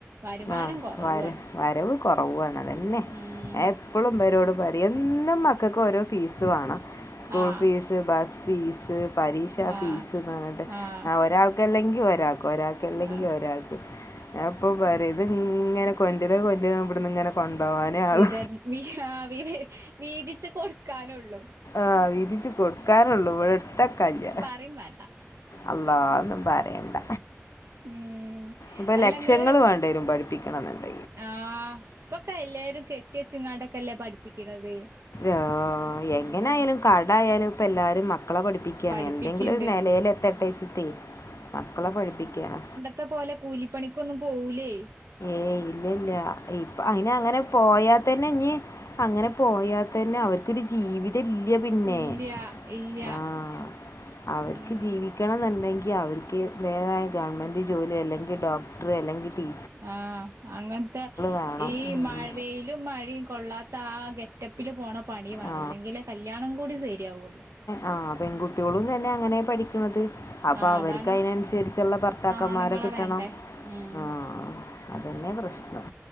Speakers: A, on the right (about 70°); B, on the left (about 85°).
A: വരുമാനം
B: ആഹ്
A: കൊറവു
B: വര
A: ആണ്
B: വരവ് കുറവാണ് അതെന്നെ
A: ഉം
B: എപ്പളുംമ്പരോട് പറയും എന്നും മക്കൾക്ക് ഓരോ ഫീസ് വേണം സ്കൂൾ
A: ആഹ്
B: ഫീസ് ബസ്ഫീസ് പരീക്ഷാഫീസ്ന്ന്റഞ്ഞിട്ട്
A: ആഹ് ആഹ്
B: ആ ഒരാൾക്കല്ലെങ്കി ഒരാക്ക് ഒരാക്കല്ലെങ്കി
A: ആഹ്
B: ഒരാക്ക് ഞാപ്പം പറയു ഇത് ഇങ്ങനെ കൊൻ്റര കൊൻ്റര ഇവിടന്നിങ്ങനെ കൊണോവാനേ ആള്
A: വിതർ വി വീ വിവീതിച്ചു കൊടുക്കാനുള്ളു
B: ആഹ് വിതീച്ചു കൊടുക്കാനുള്ളൂ ഇവിടെ എടുത്തക്കാനില്ല
A: അറിയും വേണ്ട
B: അള്ളാ ഒന്നുപറയണ്ട
A: ഉം
B: ഇപ്പൊ
A: അല്ലങ്ങള്
B: ലക്ഷങ്ങള് വേ ണ്ടേരും പഠിപ്പിക്കണണ്ടേൽ
A: ആഹ് ഇപ്പൊക്കെല്ലാരും കെട്ടിയച്ചുങ്ങാണ്ടക്കെല്ലേ പഠിപ്പിക്കണത്
B: ആഹ് എങ്ങനായാലും
A: ഉം
B: കടായാലും ഇപ്പല്ലാരും മക്കളെ പഠിപ്പി ക്കാണ്
A: പഠിപ്പിക്കണ്ട്
B: എന്തെങ്കിലൊരു നെലേലെത്തട്ടെച്ചിറ്റ് മക്കളെ പഠിപ്പിക്കാണ്
A: ത്തെ പോലെ കൂലിപ്പണിക്കൊന്നും പോകൂലേ
B: ഏയ് ഇല്ലയില്ല ഇപ്പൊ അയിനങ്ങനെ പോയാ തന്നെ ഇനി അങ്ങനെ പോയാതന്നെ അവര്ക്കൊരു ജീവിതല്ല്യ പിന്നെ
A: ഇല്ല്യ ഇല്ല്യ
B: ആഹ് അവർക്ക്
A: ഉം
B: ജീവി ക്കണന്നണ്ടെങ്കി അവരിക്ക് വേറെ ഗവൺമെൻറ് ജോലി അല്ലെങ്കിൽ ഡോക്ടർ അല്ലെങ്കിൽ ടീ
A: ആഹ് അങ്ങൻത്തെ
B: വേണം
A: ഈ മഴ വെയിലും മഴയും കൊള്ളാത്ത ആഹ് ഗെറ്റപ്പില് പോണപണി വേണം
B: ആ
A: എന്നെങ്കിലെ കല്യാണം കൂടി സെരിയാവുള്ളൂ
B: ആഹ് പെൺകുട്ട്യോളും തന്നെ അങ്ങനെ പഠിക്കണത് അപ്പൊ
A: ആഹ്
B: അവർക്ക്
A: അതാണ്
B: അയിനനുസരിച്ചുള്ള ഭർത്താക്കന്മാരെ
A: ആണുങ്ങളെ
B: കിട്ടണം
A: വേണ്ടേ ഉം
B: ആഹ് അതെന്നെ പ്രശ്നം